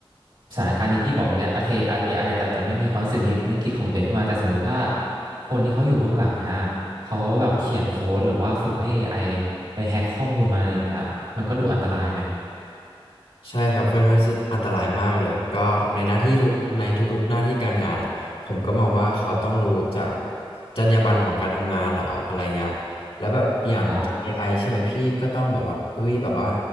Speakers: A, on the right; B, on the left.
A: สถานการณ์ที่พี่บอกเมื่อกี้โอเคอาจเอไอแต่จะไม่มีความสื่อที่นึกคิดของตัวเองขึ้นมาแต่สมมติถ้าคนที่เขาอยู่เบื้องหลังเนี้ยเขาแบบเขียนโค้ดหรือว่าฝึกให้ AI ไอไปแฮ็กข้อมูลมาอะไรอย่างเงี้ยมันก็ดูอันตรายไหม
B: ใช่ครับค่อนข้างที่จะอันตรายมากเลยก็ในหน้าที่ทุกในทุกๆหน้าที่การงานอ่ะผมก็มองว่าเขาต้องรู้จากจรรยาบรรณของการทำงานเนาะอะไรเงี้ยแล้วแบบอย่าง
A: ครับ
B: AI ใช่ไหมพี่ก็ต้องแบบว่าเอ้ยแบบว่า